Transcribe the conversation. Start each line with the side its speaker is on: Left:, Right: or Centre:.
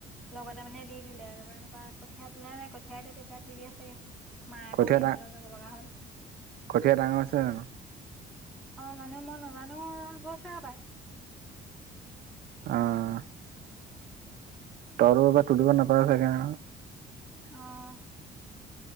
Centre: লগতে মানে দি দিলে একেবাৰে। তাৰপৰা কঠীয়া তুলাই নাই। কঠীয়া এতিয়া তেতিয়া তুলি আছে ছাগে। মা আকৌ
Right: কঠীয়া
Centre: বেংকলে
Right: ডা
Centre: যাব লগা হ'ল।
Right: কঠীয়া ডাঙৰ হৈছে জানোঁ?
Centre: অ' মানে মই নাজানো হৈছে পাই।
Right: অ', <unintelligible>
Centre: অ',